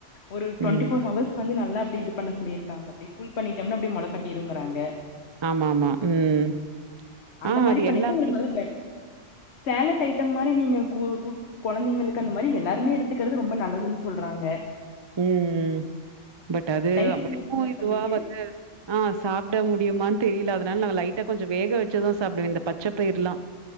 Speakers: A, on the left; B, on the right.
A: ஒரு டுவெண்டி
B: ம்.
A: ஃபோர் ஹவர்ஸ் வந்து நல்லா அப்டி இதுப் பண்ண சொல்லிருக்காங்க அப்டி கூல் பண்ணிட்டம்னா அப்டி மொளக் கட்டிருங்கிறாங்க
B: ஆமா ஆமா உம்
A: அந்த
B: ஆஹ்
A: மாரி
B: அது
A: பண்ணீங்கன்னா
B: எல்லாமே
A: உங்களுக்கு நல்ல பெட் சேலட் டைட்டம் மாரி நீங்க கூல் குல் கொழந்தைங்களுக்கு அந்த மாரி எல்லாருமே எடுத்துக்கிறது ரொம்ப நல்லதுன் சொல்றாங்க
B: உம் பட் அது <inaudible>
A: நைட்டுக்கு என்ன டின்னர்
B: இதுவா
A: பண்ணீங்க
B: வந்து ஆஹ் சாப்ட முடியுமான் தெரியல அதனால நாங்க லைட்டா கொஞ்சோ வேக வச்சுதா சாப்டுவே இந்த பச்ச பயிர்லா